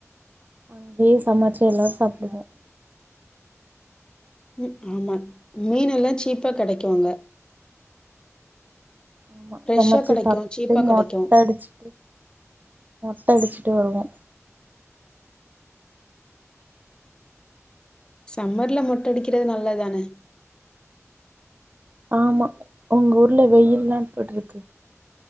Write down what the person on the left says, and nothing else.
ம் உம் ஆம்மா மீன் எல்லாம் சீப்பா கெடைக்கும் அங்க
ஃப்ரெஷ்ஷா
கெடைக்கு
சீப்பா
கெடைக்கு
சம்மர்ல மொட்டை அடிக்கிறது நல்லதானே